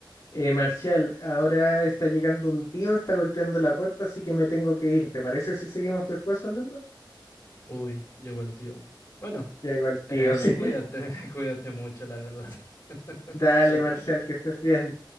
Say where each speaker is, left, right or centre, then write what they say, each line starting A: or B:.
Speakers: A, on the left (about 45°); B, on the left (about 25°).
A: Eh, Marcial, ahora está llegando un tío, está golpeando la puerta, así que me tengo que ir. ¿Te parece si seguimos después hablando?
B: Uy, llegó el tío. Bueno,
A: Llegó el
B: eh,
A: tío, <laughs> sí.
B: cuídate, <laughs> cuídate mucho, la verdad. <laughs>
A: Dale,
B: Suerte.
A: Marcial, que estés bien.